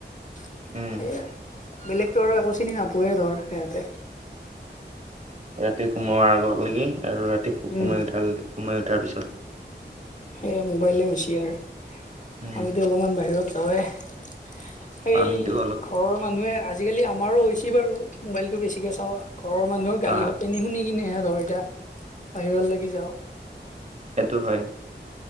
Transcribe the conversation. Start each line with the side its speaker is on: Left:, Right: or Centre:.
Left: সেয়াই
Right: উম
Left: বেলেগটো আৰু একো চিনি নাপায়। সেয়ে ধৰ সিহঁতে
Right: ৰাতি সোমোৱাৰ আগলকে, আৰু ৰা দেখোঁ
Left: উম,
Right: সোমাই উঠাল, সোমাই উঠাৰ পিছত।
Left: সেয়ে মোবাইলেই হৈছে আৰু।
Right: উম
Left: আমিতো অলপমান বাহিৰত যাওঁৱেই। সেই
Right: আমিতো অলপ
Left: ঘৰৰ মানুহে-আজিকালি আমাৰো হৈছে বাৰু মোবাইলটো বেছিকৈ চাওঁ, ঘৰৰ মানুহেও গালি
Right: আহ
Left: সপে শুনি, শুনি কিনেহে ধৰ এতিয়া বাহিৰৰ লেকি যাওঁ।
Right: সেইটো হয়।